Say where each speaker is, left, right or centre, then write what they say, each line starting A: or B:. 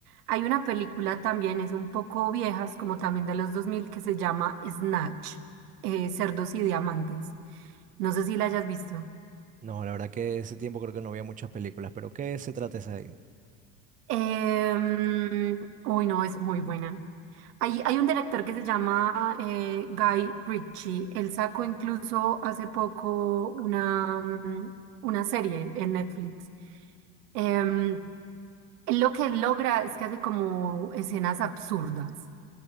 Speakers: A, on the right; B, on the right.
A: hay una película también, es un poco viejas, como también de los dos mil que se llama Snatch, eh, Cerdos y Diamantes. No sé si la hayas visto.
B: No, la verdad que ese tiempo creo que no veía muchas películas, pero ¿qué se trata esa de ahí?
A: Em, uy, no, es muy buena. Hay, hay un director que se llama eh, Guy Ritchie. Él sacó incluso hace poco una, mm, una serie en Netflix. Em, él lo que logra es que hace como escenas absurdas.